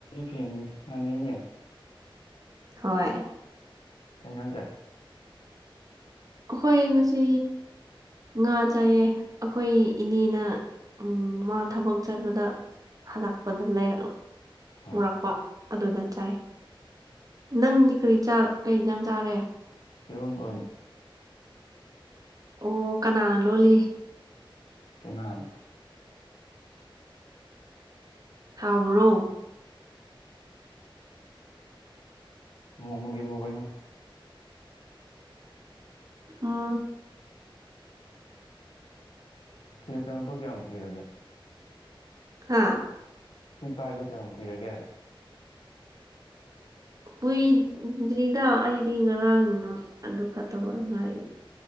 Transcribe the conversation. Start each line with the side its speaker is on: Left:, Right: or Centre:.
Left: ꯄꯅ
Right: ꯍꯣꯏ
Left: ꯀꯩꯅ ꯆꯦ
Right: ꯑꯩꯈꯣꯏ ꯉꯁꯤ ꯉꯥ ꯆꯥꯏꯑ ꯑꯩꯈꯣꯏ ꯏꯅꯦꯅ ꯃꯥ ꯊꯕꯛ ꯆꯠꯄꯗ ꯍꯜꯂꯛꯄꯗ ꯂꯩꯔ
Left: ꯑꯥ
Right: ꯎꯔꯛꯄ ꯑꯗꯨꯗ ꯆꯥꯏ ꯅꯪꯗꯤ ꯀꯔꯤ ꯀꯩꯗ ꯆꯥꯔꯦ
Left: ꯏꯔꯣꯟꯝꯕ ꯑꯣꯏꯅ
Right: ꯑꯣ ꯀꯅꯥꯅ ꯂꯣꯜꯂꯤ
Left: ꯏꯃꯥꯟ
Right: ꯍꯥꯥꯎꯕ꯭ꯔꯣ
Left: ꯍ ꯃꯒꯤꯕ ꯀꯥꯏꯅ
Right: ꯑꯥ
Left: ꯁꯤꯗ ꯆꯪꯉꯛꯄ ꯀꯌꯥꯝ ꯀꯨꯏꯔꯒꯦ
Right: ꯍꯥꯥ
Left: ꯁꯤ ꯄꯥꯏꯕ ꯀꯌꯥꯝ ꯀꯨꯏꯔꯒꯦ
Right: ꯀꯨꯏꯗ꯭ꯔꯤꯗ ꯑꯩꯗꯤ ꯉꯔꯥꯡꯗꯣ ꯑꯗꯨ ꯐꯛꯇꯧ ꯉꯥꯏꯔꯤ